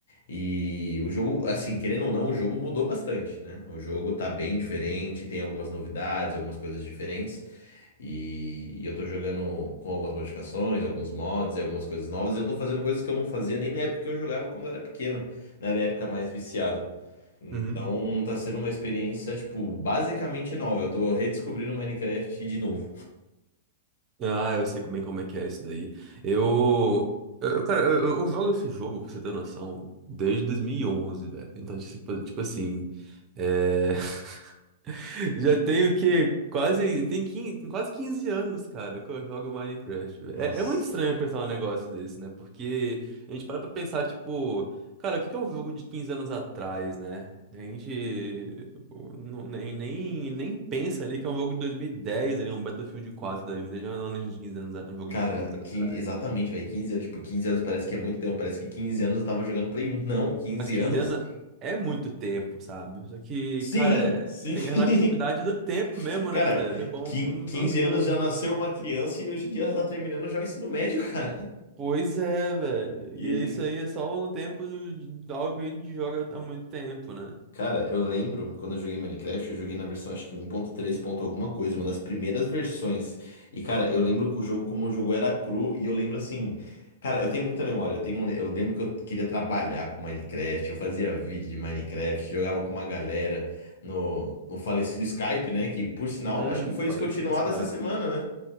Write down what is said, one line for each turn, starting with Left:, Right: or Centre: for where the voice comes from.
Left: e o jogo, assim, querendo ou não, o jogo mudou bastante, né? O jogo tá bem diferente, tem algumas novidades, algumas coisas diferentes. E, e eu tô jogando com algumas modificações, alguns mods e algumas coisas novas. E eu tô fazendo coisas que eu não fazia nem na época que eu jogava quando eu era pequeno, na minha época mais viciado. Então
Right: Uhum.
Left: tá sendo uma experiência, tipo, basicamente nova. Eu tô redescobrindo Minecraft de novo.
Right: Ah, eu sei bem como é que é isso daí. Eu, eu- cara, eu, eu jogo esse jogo, pra você ter noção, desde 2011, velho. Então, tipo, tipo assim, é... <laughs> já tenho o quê? Quase, tem 15, tem quase 15 anos, cara, que eu jogo Minecraft, velho.
Left: Nossa.
Right: É, é muito estranho pensar um negócio desse, né? Porque a gente para pra pensar, tipo. Cara, o que que é um jogo de 15 anos atrás, né? A gente o, não- nem, nem, nem pensa ali que é um jogo de 2010 ali, um Battlefield 4 da vida, já é um ano de 15 anos, a- um jogo
Left: Cara,
Right: de quinze anos atrás,
Left: quin- exatamente,
Right: né?
Left: velho. 15 anos. Tipo, 15 anos parece que é muito tempo. Parece que 15 anos eu tava jogando Play 1. Não, 15
Right: Mas 15
Left: anos?
Right: anos é muito tempo, sabe? Só que,
Left: Sim,
Right: cara, é,
Left: sim. <laughs>
Right: é relatividade do tempo mesmo,
Left: Cara,
Right: né, velho? Como,
Left: quin-
Right: como
Left: 15
Right: são as coisas.
Left: anos já nasceu uma criança e hoje em dia ela tá terminando já o ensino médio, <laughs> cara.
Right: Pois é, velho.
Left: E
Right: E
Left: a
Right: é
Left: gente
Right: isso aí é só o tempo de, de algo que a gente joga há muito tempo, né?
Left: Cara, eu lembro quando eu joguei Minecraft, eu joguei na versão acho que 1.3 ponto três ponto alguma coisa, uma das primeiras versões. E cara, eu lembro que o jogo como o jogo era cru e eu lembro assim, cara, eu tenho muita memória. Eu tenho, eu lembro que eu queria trabalhar com Minecraft, eu fazia vídeo de Minecraft, jogava com uma galera no, no falecido Skype, né, que por sinal
Right: Hum,
Left: acho que foi
Right: parece
Left: descontinuado
Right: Escape.
Left: essa semana, né?